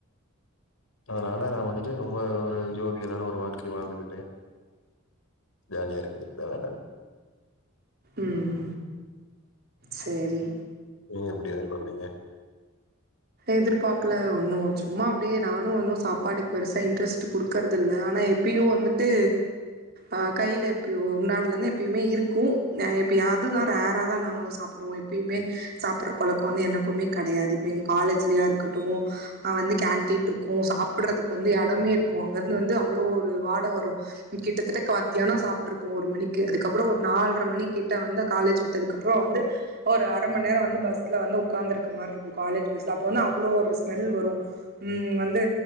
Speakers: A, on the left (about 70°); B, on the right (about 45°).
A: அதனால நா வந்துட்டு ரொம்ப ஒரு ஜோவியலான ஒரு வாழ்க்கை வாழ்ந்துகிட்டே ஜாலியா இருக்குது ப்ப வேல
B: உம் சரி
A: நீங்க எப்டி எதிர் பாப்பிங்க
B: எதிர்பார்க்கல ஒன்னு சும்மா அப்டியே நானு ஒன்னு சாப்பாடுக்கு பெருசா இன்ட்ரெஸ்ட் குடுக்கறதுல்ல ஆனா எப்பயு வந்துட்டு அஹ் கையில எப்பியோ உநாட்டுல இருந்து எப்பயுமே இருக்கு எப்பியாவது தா ரேரா தா நாங்களு சாப்டுவோ எப்பயுமே சாப்பற பழக்க வந்து எனக்குமே கெடையாது காலேஜ்லய இருக்கட்டு அஹ் வந்து கேன்டீன் இருக்கு சாப்பிறதுக்கு வந்து இடமே இருக்கு அங்க இருந்து வந்து அவ்ளோ ஒரு வாட வரும் கிட்டத்தட்ட மத்தியான சாப்ட்டுருப்போ ஒரு மணிக்கு அதுக்கப்ற ஒரு நால்ர மணி கிட்ட வந்து காலேஜ் விட்டதுக்கப்புற வந்து ஒரு அரை மண்நேர வந்து பஸ்ல வந்து உகார்ந்துருக்க மாரி இருக்கு காலேஜ் பஸ் ப்ப வந்து அவ்ளோ ஒரு ஸ்மெல் வரும் உம் வந்து